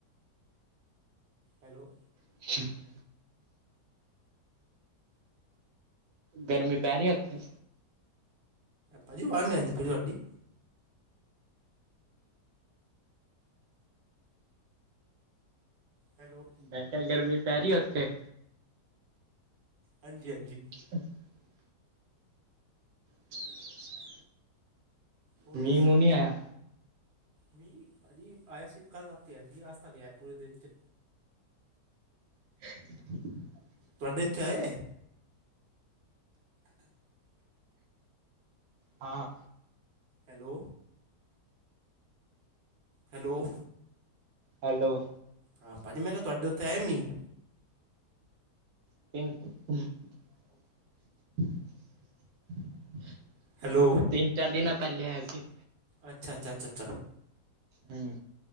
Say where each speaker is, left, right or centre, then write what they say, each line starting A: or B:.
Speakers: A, on the right; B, on the right.
A: ਹੈਲੋ
B: <unintelligible> ਗਰਮੀ ਪੈ ਰਹੀ ਹੈ ਉੱਥੇ?
A: ਭਾਜੀ ਆਵਾਜ਼ ਨਹੀਂ ਆਂਦੀ ਪਈ ਤੁਹਾਡੀ। ਹੈਲੋ।
B: ਮੈਂ ਕਿਹਾ ਗਰਮੀ ਪੈ ਰਹੀ ਹੈ ਉੱਥੇ?
A: ਹਾਂਜੀ-ਹਾਂਜੀ
B: <unintelligible> <unintelligible>
A: ਹੋਰ
B: ਮੀਂਹ
A: ਦੱਸੋ।
B: ਮੂੰਹ ਨੀ ਆਇਆ
A: ਮੀਂਹ ਭਾਜੀ ਆਇਆ ਸੀ ਕੱਲ ਰਾਤੀ ਆਇਆ ਸੀ ਅੱਜ ਤਾਂ ਨੀ ਆਇਆ ਪੂਰੇ ਦਿਨ ਚ।
B: <unintelligible>
A: ਤੁਹਾਡੇ ਇੱਥੇ ਆਇਆ ਏ? <unintelligible>
B: ਹਾਂ
A: ਹੈਲੋ ਹੈਲੋ
B: ਹੈਲੋ
A: ਹਾਂ ਭਾਜੀ ਮੈਂ ਕਿਹਾ ਤੁਹਾਡੇ ਉੱਥ ਆਇਆ ਮੀਂਹ?
B: <unintelligible>
A: ਹੈਲੋ
B: ਤਿੰਨ-ਚਾਰ ਦਿਨਾਂ ਪਹਿਲੇ ਆਇਆ ਸੀ।
A: ਅੱਛਾ ਅੱਛਾ ਅੱਛਾ ਅੱਛਾ।
B: ਹਮ।